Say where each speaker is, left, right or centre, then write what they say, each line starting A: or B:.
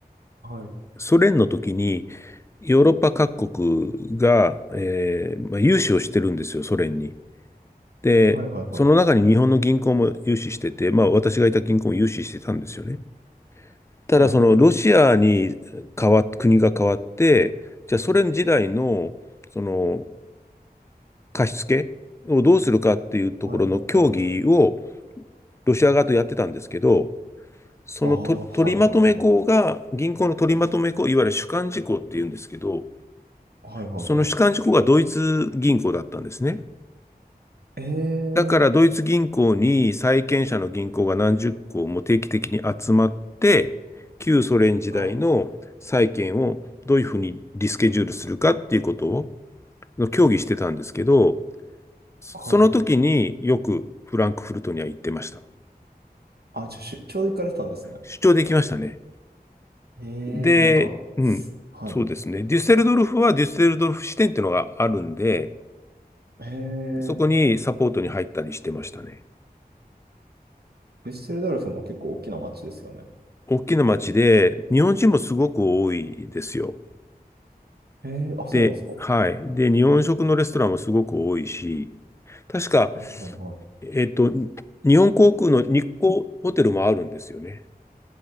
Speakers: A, on the right; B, on the left.
A: はい。
B: ソ連の時に、ヨーロッパ各国が、えーまあ、融資をしてるんですよ、ソ連に。で、
A: はいはいはい。
B: その中に日本の銀行も融資してて、まあ私がいた銀行も融資してたんですよね。ただそのロシアに変わっ、
A: はい。
B: 国が変わって、じゃあソ連時代のその貸し付けをどうするかっていうところの協議を
A: はいはいはい。
B: ロシア側とやってたんですけど、そのと取りまとめ行が、
A: ああ、はいはいはい。
B: 銀行の取りまとめ行、いわゆる主幹事項っていうんですけど、
A: はいはいはい。
B: その主幹事項がドイツ銀行だったんですね。
A: ええ、
B: だからドイツ銀行に債権者の銀行が何十行も定期的に集まって、旧ソ連時代の債権をどういうふうにリスケジュールするかっていうことを
A: あ、
B: の協議してたんですけど、その時によくフランクフルトには行ってました。
A: はい。あ、じゃあ出張で行かれてたんですね。
B: 出張できましたね。
A: え
B: で、
A: え、なんか、
B: うん、
A: はい。
B: そうですね。デュッセルドルフはデュッセルドルフ支店っていうのがあるんで、
A: ええ、
B: そこにサポートに入ったりしてましたね。
A: デュッセルドルフも結構大きな街ですよね。
B: 大きな町で、日本人もすごく多いですよ。
A: ええ、あ、そうなんですか。
B: で、
A: は
B: はい。で、日本食のレストランもすごく多いし、確か、
A: いはいはい。
B: えっと、日本航空の日光ホテルもあるんですよね。